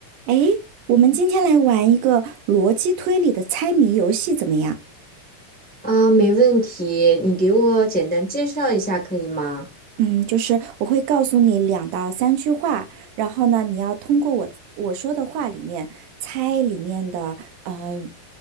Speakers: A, on the right; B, in the centre.
A: 哎，我们今天来玩一个逻辑推理的猜谜游戏，怎么样？
B: 啊，没问题，你给我简单介绍一下可以吗？
A: 嗯，就是我会告诉你两到三句话，然后呢，你要通过我我说的话里面猜里面的呃